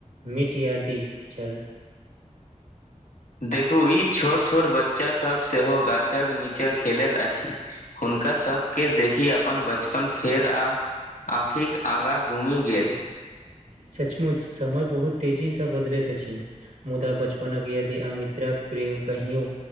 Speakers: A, on the right; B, on the left.
A: मीट यादि छल।
B: देखू ई छोट-छोट बच्चा सब सेहो गाछक नीचा खेलैत अछि। हुनका सबके देखी अपन बचपन फेर आ आँखिक आँगा घुमि गेल।
A: सचमुच समय बहुत तेजी सँ बदलैत अछि। मुदा बचपनक यदि आ मित्रक प्रेम कहियो